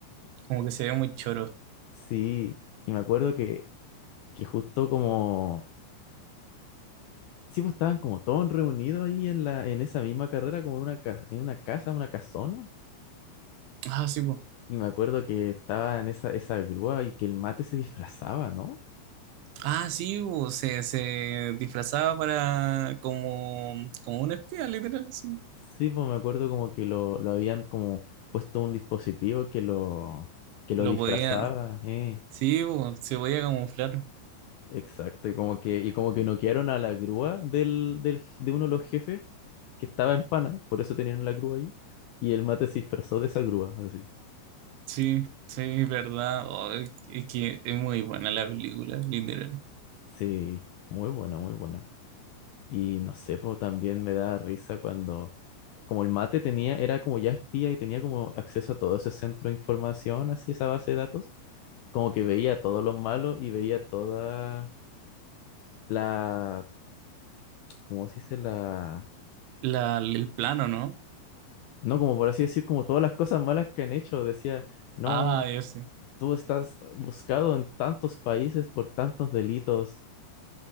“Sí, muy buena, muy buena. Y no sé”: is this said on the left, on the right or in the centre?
Left